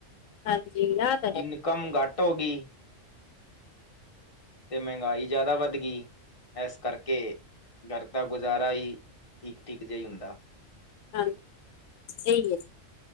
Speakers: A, on the left; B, on the left.
A: ਹਾਂਜੀ <unintelligible>
B: ਇਨਕਮ ਗਟ ਹੋਗੀਬਤੇ ਮੈਂਗਾਈ ਜਾਦਾ ਵੱਧਗੀ। ਐਸ ਕਰਕੇ ਗਰ ਦਾ ਗੁਜ਼ਾਰਾ ਈ ਠੀਕ-ਠੀਕ ਜਾ ਈ ਹੁੰਦਾ।
A: ਹਾਂ ਸਈ ਏ।